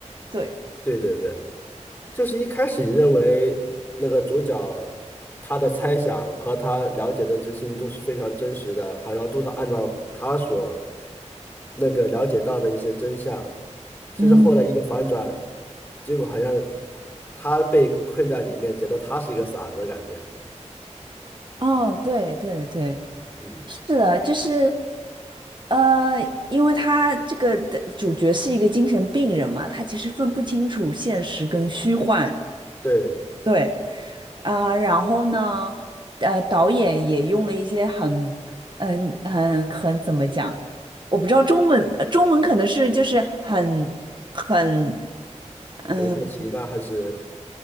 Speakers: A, on the right; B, on the left.
A: 对，
B: 对对对。就是一开始你认为那个主角他的猜想和他了解的这些都是非常真实的，好像都是按照他所那个了解到的一些真相。其实后来一个反转，
A: 嗯。
B: 结果好像他被困在里面，觉得他是一个傻子，的感觉。
A: 哦，对对对，
B: 嗯，
A: 是的，就是，呃，因为他这个的主角是一个精神病人嘛，他其实分不清楚现实跟虚幻。
B: 对，
A: 对，啊、然后呢，呃，导演也用了一些很，嗯、很很怎么讲，我不知道中文，呃中文可能是就是很很。嗯。
B: 蒙太奇吗？还是